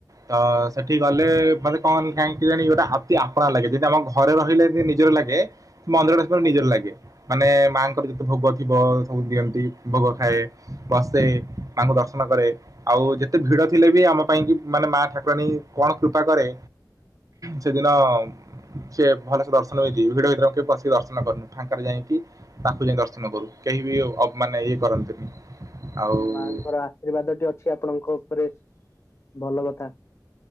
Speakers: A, on the right (about 50°); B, on the left (about 35°).
A: ତ ସେଠି ଗଲେ ମତେ କଣ କାହିଁକି କେଜାଣି ଗୋଟେ ଆତି ଆପଣାର ଲାଗେ। ଯଦି ଆମ ଘରେ ରହିଲେ ନିଜର ଲାଗେ। ମନ୍ଦିର ଟା ପୁରା ନିଜର
B: ଆଜ୍ଞା
A: ଲାଗେ। ମାନେ ମାଙ୍କର ଯେତେ ଭୋଗଥିବ ସବୁ ଦିଅନ୍ତି ଭୋଗ ଖାଏ। ବସେ ତାଙ୍କୁ ଦର୍ଶନ କରେ। ଆଉ ଯେତେ ଭିଡଥିଲେ ବି ଆମ ପାଇଁ କି ମାନେ ମା ଠାକୁରାଣୀ କଣ କୃପା କରେ। ସେଦିନ ସେ ଭଲସେ ଦର୍ଶନଯି ଭିଡ ଭିତରେ କେପ ବସିକି ଦର୍ଶନ କରନୁ ଫାଙ୍କାରେ ଯାଇ କି ତାକୁ ଯାଇ ଦର୍ଶନ କରୁ। କେହି ବି ଅ ମାନେ ଇଏ କରନ୍ତିନି। ଆଉ
B: ମାଙ୍କର ଆଶୀର୍ବାଦଟେ ଅଛି ଆପଣଙ୍କ ଉପରେ ଭଲ କଥା।